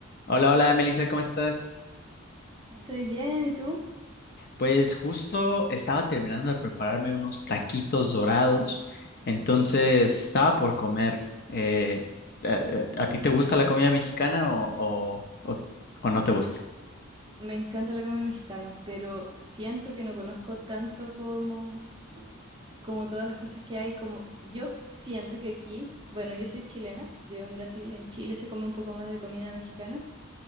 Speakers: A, on the left; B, on the right.
A: Hola, hola, Melissa, ¿cómo estás?
B: Estoy bien, ¿y tú?
A: Pues justo estaba terminando de prepararme unos taquitos dorados, entonces estaba por comer. Eh, ¿a,
B: Mm,
A: a- a ti te gusta la comida mexicana o, o- o- o no te gusta?
B: Me encanta la comida mexicana, pero siento que no conozco tanto como, como todas las cosas que hay. Como yo siento que aquí, bueno, yo soy chilena, vivo en Brasil, en Chile se come un poco más de comida mexicana.